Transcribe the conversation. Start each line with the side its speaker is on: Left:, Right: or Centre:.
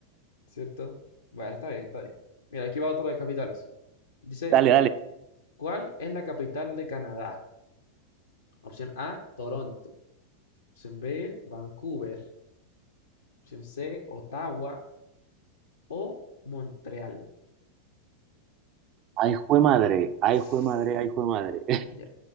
Left: ¿cierto? Bueno, está bien, está bien. Mira, aquí va otro de capitales. Dice,
Right: Dale, dale.
Left: ¿cuál es la capital de Canadá? Opción A, Toronto. Opción B, Vancouver. opción C, Ottawa o Montreal.
Right: Ay, jue madre, ay,
Left: <sighs>
Right: jue madre, ay, jue madre.
Left: Ya.